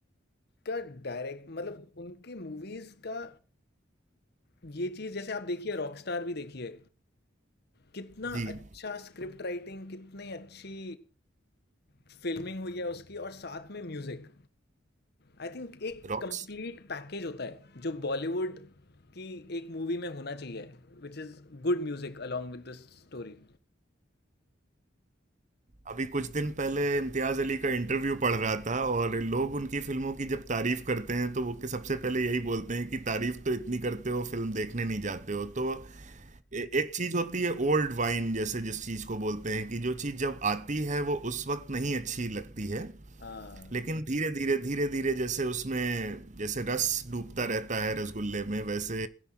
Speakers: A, on the left; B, on the right.
A: का डायरेक्ट मतलब उनकी मूवीज का ये चीज़ जैसे आप देखिए रॉकस्टार भी देखिए, कितना
B: जी
A: अच्छा स्क्रिप्ट राइटिंग, कितनी अच्छी फ़िल्मिंग हुई है उसकी और साथ में म्यूज़िक। आई थिंक एक
B: रॉक्स
A: कंप्लीट पैकेज होता है, जो बॉलीवुड की एक मूवी में होना चाहिए, which is good music along with the story.
B: अभी कुछ दिन पहले इम्तियाज अली का इंटरव्यू पढ़ रहा था और लोग उनकी फिल्मों की जब तारीफ करते हैं तो वो के सबसे पहले यही बोलते हैं कि तारीफ तो इतनी करते हो फिल्म देखने नहीं जाते हो तो ए- एक चीज होती है ओल्ड वाइन जैसे जिस चीज को बोलते हैं कि जो चीज जब आती है वो उस वक्त नहीं अच्छी लगती है
A: हाँ,
B: लेकिन धीरे धीरे धीरे धीरे जैसे उसमें जैसे रस डूबता रहता है रसगुल्ले में वैसे